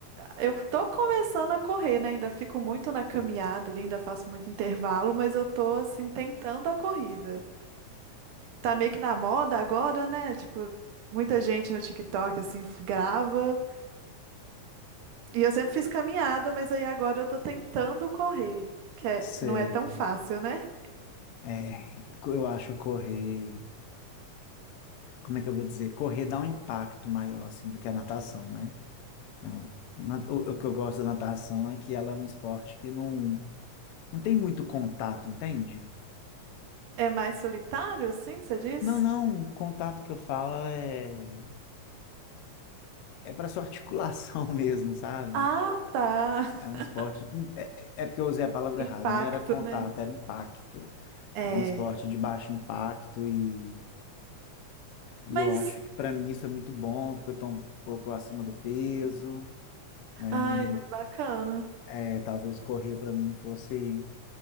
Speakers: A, on the right (about 90°); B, on the left (about 70°).
A: Eu tô começando a correr, né? Ainda fico muito na caminhada, ali, ainda faço muito intervalo, mas eu tô, assim, tentando a corrida. Tá meio que na moda agora, né? Tipo, muita gente no TikTok, assim, f- grava. E eu sempre fiz caminhada, mas aí agora eu tô tentando correr, que é-
B: Sei.
A: não é tão fácil, né?
B: É, co- eu acho correr. Como é que eu vou dizer? Correr dá um impacto maior, assim, do que a natação, né? Não. Na- O, o que eu gosto da natação é que ela é um esporte que não, não tem muito contato, entende?
A: É mais solitário, assim, você diz?
B: Não, não, o contato que eu falo é, é para sua articulação <laughs> mesmo, sabe?
A: Ah, tá.
B: É um
A: <laughs>
B: esporte. in- É, é é porque eu usei a palavra
A: Impacto,
B: errada, não era contato,
A: né?
B: era impacto.
A: É.
B: É um esporte de baixo impacto e, e
A: Mas.
B: eu acho que para mim isso é muito bom, porque eu estou um pouco acima do peso,
A: Uhum.
B: né?
A: Ai,
B: E
A: muito bacana.
B: é, talvez correr para mim fosse